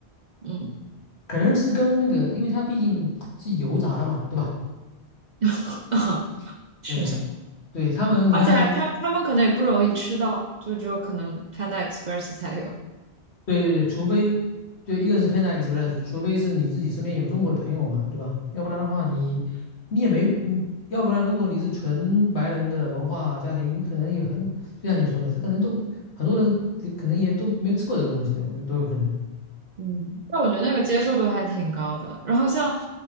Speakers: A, on the right (about 55°); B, on the left (about 75°).
A: 嗯
B: 可能是跟那个，因为它毕竟是油炸的嘛，对吧？
A: <laughs> 是的，
B: 对对，他们你看，
A: 而且还他他们可能也不容易吃到，就只有可能 Panda Express 才有。
B: 对对对，除非对一个是 Panda，一个是除非是你自己身边有中国的朋友嘛，对吧？要不然的话你，你也没，嗯要不然如果你是纯白人的文化家庭，你可能也很，就像你说的，他可能都很多人可能也都没有吃过这个东西的，我觉得都有可能。
A: 嗯，但我觉得那个接受度还挺高的。然后像